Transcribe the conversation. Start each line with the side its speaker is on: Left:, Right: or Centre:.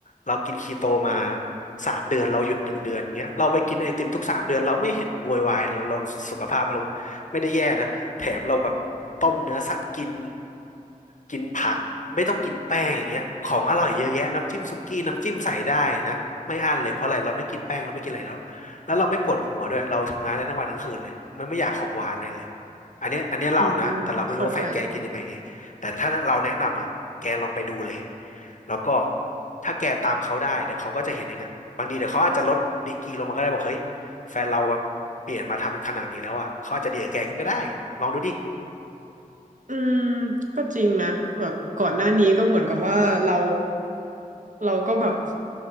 Left: เรากินคีโตมาสามเดือนเราหยุดหนึ่งเดือนอย่างเงี้ยเราไปกินไอติมทุกสามเดือนเราไม่เห็นโวยวายเราเราสุขภาพเราไม่ได้แย่นะ แถมเราแบบต้มเนื้อสัตว์กินกินผักไม่ต้องกินแป้งอย่างเงี้ยของอร่อยเยอะแยะน้ำจิ้มสุกี้น้ำจิ้มใส่ได้นะไม่อั้นเลยเพราะอะไรเราไม่กินแป้งเราไม่กินอะไรแล้วแล้วเราไม่ปวดหัวด้วยเราทำงานได้ทั้งวันทั้งคืนเลยมันไม่อยากของหวานอะไรเลยอันเนี้ยอันเนี้ยเรานะแต่เราไม่รู้ว่าแฟนแกกินยังไงไงแต่ถ้าเราแนะนำอ่ะแกลองไปดูเลย
Right: อืมเข้าใจ
Left: แล้วก็ถ้าแกตามเขาได้เดี๋ยวเขาก็จะเห็นเองอ่ะบางทีเดี๋ยวเขาอาจจะลดดีกรีลงมาก็ได้บอกเฮ้ยแฟนเราแบบ เปลี่ยนมาทำขนาดนี้แล้วอ่ะเขาอาจจะดีกับแกขึ้นก็ได้ ลองดูดิ
Right: อืมก็จริงนะแบบก่อนหน้านี้ก็เหมือนกับว่าเราเราก็แบบ